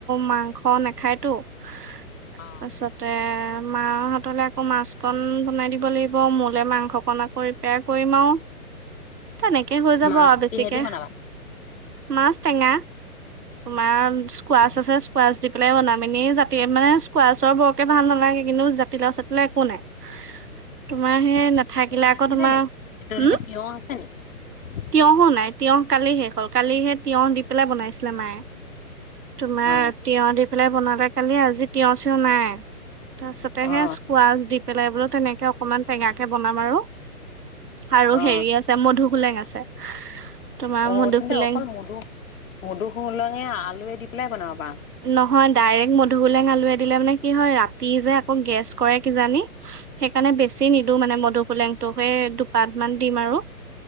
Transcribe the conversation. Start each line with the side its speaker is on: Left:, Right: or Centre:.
Right: মাংস নাখায়তো। তাৰ
Left: অ
Right: পাছতে মা হতলে আকৌ মাছ কন বনাই দি বনাব লাগিব মোলে মাংস কণ আকৌ ৰিপেয়াৰ কৰিম আও তেনেকে হৈ যা যাব
Left: মাছ
Right: আৰু বেছিকে
Left: কিহেদি বনাবা
Right: মাছ টেঙা অকমান স্কোৱাছ
Left: অ
Right: আছে স্কোৱাছ মাছ দি পেলাই বনাম এনে জাতি মানে <unintelligible> স্কোৱাছৰ বৰকে ভাল নালাগে কিন্তু জাতিলাও চাতিলাও একো নাই। তোমাৰ
Left: <inaudible>
Right: সেই নাথাকিলে
Left: হেৰি
Right: আকৌ
Left: আছিলে
Right: তোমাৰ
Left: নি <unintelligible> তেওঁ
Right: উম
Left: লগত তিয়হ আছে নি?
Right: তিয়হো নাই তিয়হ কালি শেষ হ'ল কালিহে তিয়হ দি পেলাই বনাইছিলে মায়ে। তোমাৰ
Left: অ
Right: তিয়হ দি পেলাই বনালে কালি আজি তিয়হ চিয়হ নাই তাৰছতেহে
Left: অ
Right: স্কোৱাছ দি পেলাই বোলো তেনেকে অকনমান টেঙা তে বনাম আৰু। আৰু
Left: অ
Right: হেৰি আছে মধু হোলেং আছে। তোমাৰ
Left: অ
Right: মধুসোলেং
Left: তেন্তে অকল মধু মধুহোলেঙে আলুৱে দি পেলাই বনাব পাৰি
Right: নহয় ডাইৰেক্ট মধুহোলেং আলুৱে দিলে মানে কি হয় ৰাতি যে আকৌ গেছ কৰে কিজানি? সেইকাৰণে বেছি নিদো মানে মধুহোলেংটো। <unintelligible> দুপাত মান দিম আৰু।